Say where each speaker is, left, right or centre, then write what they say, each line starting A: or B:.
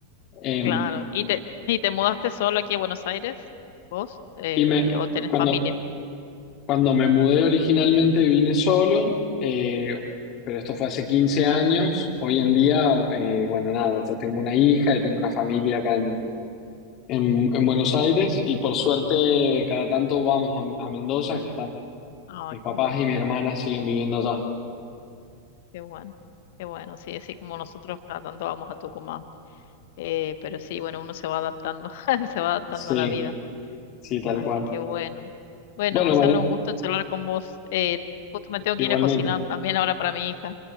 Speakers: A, on the left; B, on the left.
A: Eh,
B: Claro. ¿Y te, y te mudaste solo aquí a Buenos Aires, vos? Eh,
A: y me,
B: ¿o tenés
A: cuando,
B: familia?
A: cuando me mudé originalmente vine solo, eh, pero esto fue hace 15 años, hoy en día, eh, bueno, nada, yo tengo una hija y tengo una familia acá en, en Buenos Aires y por suerte cada tanto vamos a, a Mendoza, que están
B: Ah,
A: mis papás
B: qué lindo.
A: y mi hermana siguen viviendo allá.
B: Qué bueno, qué bueno, sí, así como nosotros cada tanto vamos a Tucumán, eh, pero sí, bueno, uno se va adaptando, <laughs> se va adaptando
A: Sí,
B: a la vida,
A: sí, tal
B: así
A: cual.
B: que bueno. Bueno,
A: Bueno,
B: Gonzalo,
A: María,
B: un gusto charlar con vos. Eh, justo me tengo que
A: igualmente.
B: ir a cocinar también ahora para mi hija,